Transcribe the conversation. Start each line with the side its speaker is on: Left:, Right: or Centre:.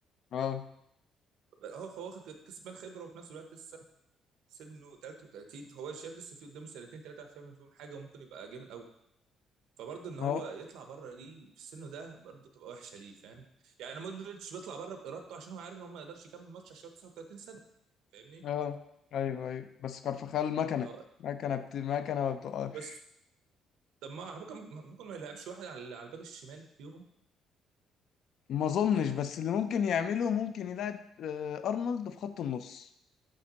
Left: اه
Right: هو هو واخد كسبان خبره وفي نفس الوقت لسه سنه 33 فهو شايف لسه في قدامه سنتين ثلاثه عارف يعمل فيهم حاجه وممكن يبقى جامد فبرضه ان هو
Left: اه
Right: يطلع بره ليه في سنه ده برضه تبقى وحشه ليه فاهم يعني مودريتش بيطلع بره بارادته عشان هو عارف ان هو ما يقدرش يكمل ماتش عشان هو 39 سنه فاهمني
Left: اه ايوه ايوه بس كارفاخال مكنة
Right: اه
Left: مكنة بت... مكنة ما بتقفش
Right: بس طب ما على فكره ممكن ممكن ما يلعبش واحد على على الباك الشمال فيهم
Left: ما اظنش
Right: يعملها
Left: بس اللي ممكن يعمله ممكن يلعب آه، ارنولد في خط النص